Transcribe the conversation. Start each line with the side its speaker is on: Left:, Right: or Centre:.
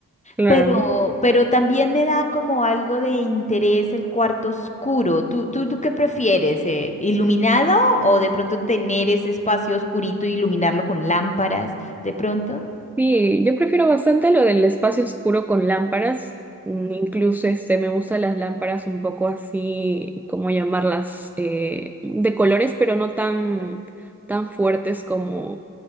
Centre: Claro.
Left: Pero, pero también me da como algo de interés el cuarto oscuro. ¿Tú, tú, tú qué prefieres? eh, ¿Iluminado o de pronto tener ese espacio oscurito y iluminarlo con lámparas de pronto?
Centre: Sí, yo prefiero bastante lo del espacio oscuro con lámparas. Mm, Incluso este me gustan las lámparas un poco así, ¿cómo llamarlas? Eh, de colores, pero no tan, tan fuertes como